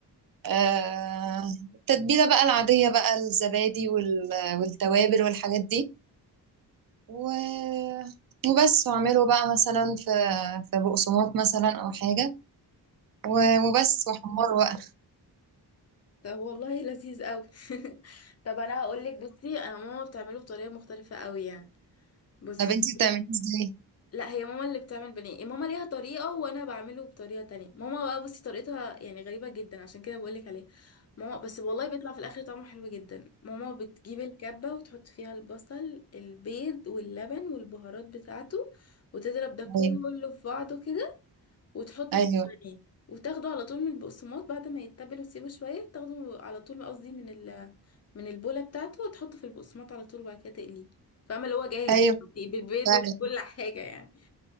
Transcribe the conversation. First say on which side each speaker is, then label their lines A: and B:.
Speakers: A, on the right; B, on the left.
A: آه... التتبيلة بقى العادية بقى الزبادي وال... والتوابل والحاجات دي و... وبس وأعمله بقى مثلا في في بقسماط مثلا أو حاجة و- وبس وحمار بقى
B: طب والله لذيذ قوي <laughs> طب انا هقولك بصي انا ماما بتعمله بطريقه مختلفه قوي يعني بصي
A: طب انتي بتعمليه ازاي؟
B: لا هي ماما اللي بتعمل بانيه ماما ليها طريقة وانا بعمله بطريقة تانية ماما بقى بصي طريقتها يعني غريبة جدا عشان كده بقولك عليها ماما بس والله بيطلع في الاخر طعمه حلو جدا ماما بتجيب الكبة وتحط فيها البصل البيض واللبن والبهارات بتاعته وتضرب ده كله
A: ايوه
B: في بعضه كده وتحط
A: ايوه
B: فيه البانيه وتاخده على طول من البقسماط بعد ما يتبل وتسيبه شوية تاخده على طول قصدي من ال من البولة بتاعته وتحطه في البقسماط على طول وبعد كده تقليه فاهمة اللي هو جاهز
A: ايوه
B: بالبيض
A: فعلا
B: وكل حاجة يعني